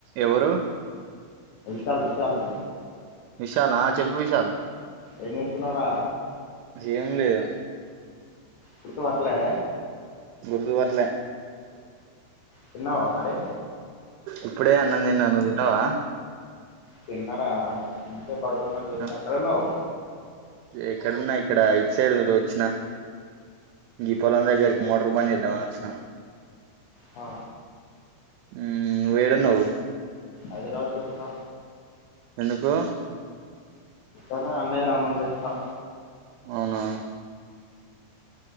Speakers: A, on the right (about 85°); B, on the left (about 85°).
A: ఎవరు
B: చాలు చాలు
A: విశాల్ ఆ చెప్పు విశాల్
B: ఏమ్ చేస్తున్నావ్ రా
A: ఏం లేదు
B: గుర్తుపట్టలే
A: గుర్తుపట్లే
B: తిన్నావా మరి
A: ఇప్పుడే అన్నం తిన్నాను నువ్వు తిన్నావా
B: తిన్నారా ఇంట్లో పడుకున్న లేసిన
A: ఆ,
B: ఎక్కడ ఉన్నావ్
A: ఎక్కడున్నా ఇక్కడ ఇటు సైడ్ వచ్చిన ఈ పొలం దగ్గరికి మోటార్ బంద్ చేద్దాం అని వచ్చిన
B: ఆ
A: ఉమ్ నువ్వు ఏడున్నావ్
B: ఆదిలాబాద్ కొచ్చన
A: ఎందుకు
B: ఆ అన్నయ రమ్మంటే వచ్చిన
A: అవునా